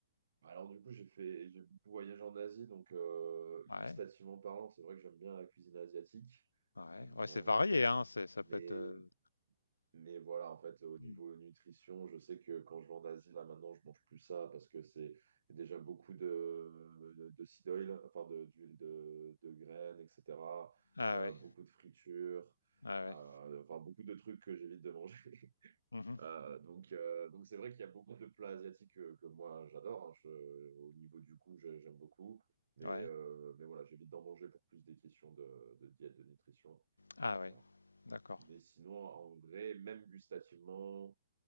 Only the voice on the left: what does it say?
Ouais.
Ouais,
ouais c'est varié, hein. c'est- Ça
peut être. euh,
Mm.
Ah
ouais,
ah
ouais.
Mhm.
Ouais.
Ah ouais,
d'accord.